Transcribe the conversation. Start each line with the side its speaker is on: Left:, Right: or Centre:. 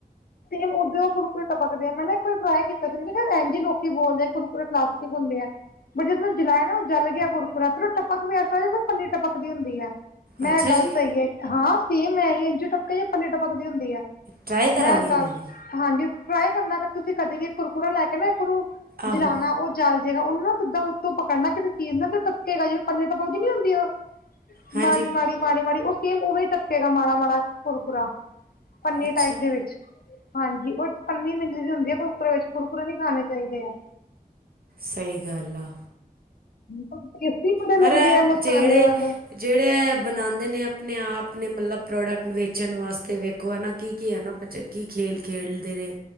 Left: ਸੇਮ, ਉਓਦਕ ਕੁਰਕੁਰੇ, ਟਪਕਦੇ ਦੇ ਆ ਮੈਂ ਨਾ ਕੋਈ ਟਰਾਈ ਕੀਤਾ ਸੀ। ਇਿੰਦੇ ਲੋਕੀ ਬੋਲਦੇ ਏ ਕੁਰਕੁਰੇ ਪਲਾਸਟਿਕ ਹੁੰਦੇ ਆ। ਪਰ ਜਦ ਮੈ ਜਲਾਇਆ ਨਾ ਜਲ ਗਿਆ ਕੁਰਕਰਾ ਫਿਰ, ਟਪਕ ਵੀ ਐਸਾ। ਪੰਨੀ, ਟਪਕਦੀ ਹੁੰਦੀ ਹੈ ਮੈਂ
Right: ਅੱਛਾ
Left: ਗੱਲ
Right: ਜੀ
Left: ਸਹੀ ਹੈ। ਹਾਂ ਸੇਮ ਹੈ ਹੀ, ਇੰਝ ਟਪ ਜਾਂ ਪੰਨੀ ਟਪਕਦੀ ਹੁੰਦੀ ਹੈ
Right: ਟਰਾਈ ਕਰਾਂਗੇ
Left: ਮੈਂ ਗੱਲ,
Right: ਵੀ
Left: ਹਾਂਜੀ, ਟਰਾਈ ਕਰਨਾ ਕਿ ਤੁਸੀਂ, ਕਦੇ ਵੀ ਇੱਕ ਕੁਰਕੁਰਾ ਲੈ ਕੇ ਨਾ, ਇੱਕ ਨੂੰ
Right: ਆਹੋ
Left: ਜਲਾਉਣਾ, ਉਹ ਜੰਲ ਜੈਗਾ ਉਹਨਾ ਨਾ ਸਿੱਧਾ, ਉੱਤੋਂ ਪਕੜਨਾ ਕਿਸੇ ਚੀਜ਼ ਨਾਲ ਟਪਕੇਗਾ ਜੀਵੇ ਪੰਨੀੇ ਤਾਂ ਪਕਦੀ ਨੀ ਹੁੰਦੀ।
Right: ਹਾਂਜੀ
Left: ਮਾੜੀ ਮਾੜੀ, ਮਾੜੀ ਮਾੜੀ, ਉਹ ਸੇਮ, ਉਵੇ ਟਪਕੇਗਾ ਮਾੜਾ ਮਾੜਾ, ਕੁਰਕੁਰਾ ਪੰਨੀ
Right: ਅੱਛਾ
Left: ਟਾਈਪ ਦੇ ਵਿੱਚ, ਹਾਂਜੀ, ਉਹਥ ਪੰਨੀ ਮਲੀ ਦੀ ਹੁੰਦੀ ਹੈ ਕੁਰਕੁਰੇ, ਵਿੱਚ ਕੁੁਰਕੁਰੇ ਨੀ ਖਾਣੇ ਚਾਹੀਦੇ ਆ।
Right: ਸਹੀ ਗੱਲ ਆ।
Left: ਪਰ ਟੇਸਟੀ ਬੜੇ
Right: ਪਰ
Left: ਲੱਗਦੇ
Right: ਇਹ
Left: ਆ ਮਸਾਲੇ
Right: ਜਿਹੜੇ
Left: ਵਾਲੇ।
Right: ਜਿਹੜੇ ਬਣਾਉਂਦੇ ਨੇ ਆਪਣੇ ਆਪ ਨੇ ਮਤਲਬ ਪ੍ਰੋਡਕਟ ਵੇਚਣ ਵਾਸਤੇ ਵੇਖੋ ਹੈ ਨਾ ਕੀ ਕੀ ਹੈ ਨਾ ਕੀ ਖੇਲ ਖੇਡਦੇ ਨੇ।